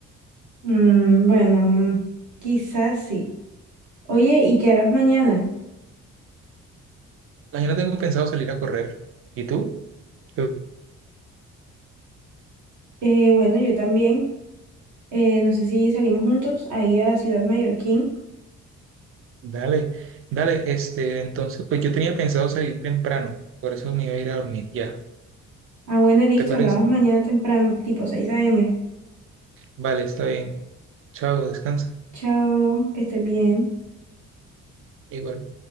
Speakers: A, on the right; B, on the right.
A: Mm, bueno, quizás sí. Oye, ¿y qué harás mañana?
B: Ah, Yo no tengo pensado salir a correr. ¿Y tú? Tú,
A: Eh, bueno, yo también. Eh, no sé si salimos juntos ahí a Ciudad Mallorquín.
B: Dale, dale, este, entonces, pues yo tenía pensado salir temprano, por eso me iba a ir a dormir ya.
A: Ah, bueno, listo,
B: ¿Te parece?
A: hablamos mañana temprano, tipo seis a m.
B: Vale, está bien. Chao, descansa.
A: Chao, que estés bien.
B: Igual.